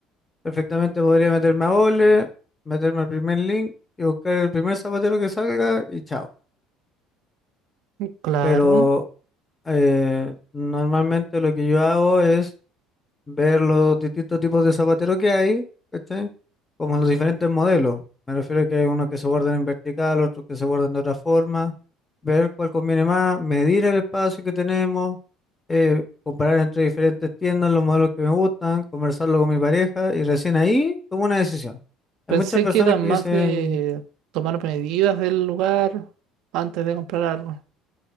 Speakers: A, on the left (about 20°); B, on the right (about 70°).
A: Perfectamente podría meterme a Ole, meterme al primer link y buscar el primer zapatero que salga y chao.
B: claro.
A: Pero eh, normalmente lo que yo hago es ver los distintos tipos de zapateros que hay, ¿cachai? Como los diferentes modelos. Me refiero a que hay unos que se guardan en vertical, otros que se guardan de otra forma, ver cuál conviene más, medir el espacio que tenemos eh, comparar entre diferentes tiendas los modelos que me gustan, conversarlo con mi pareja y recién ahí tomo una decisión. Hay
B: Pensé
A: muchas personas
B: que era más
A: que dicen,
B: de tomar medidas del lugar antes de comprar algo.